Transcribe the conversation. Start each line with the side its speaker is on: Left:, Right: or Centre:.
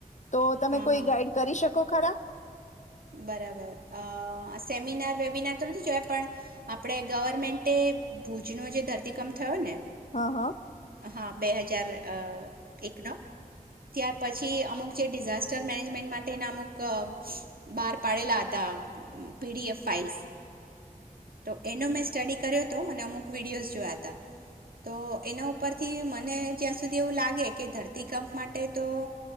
Left: તો તમે
Right: હા
Left: કોઈ
Right: હા
Left: ગાઈડ કરી શ કો ખરા
Right: બરાબર અ સેમિનાર વેમિનાર તો નથી જોયા પણ આપણે ગવર્મેન્ટે ભુજનો જે ધરતીકંપ થયો ને
Left: હા હા
Right: હા બે હજાર અ એકનો ત્યાર પછી અમુક જે ડિઝાસ્ટર મેનેજમેન્ટ માટેના અમુક અ બહાર પાડેલા હતા પીડીએફ ફાઇલ્સ તો એનો મેં સ્ટડી કર્યો હતો અને અમુક વિડીયોઝ જોયા હતા તો એના ઉપરથી મને જ્યાં સુધી એવું લાગે કે ધરતીકંપ માટે તો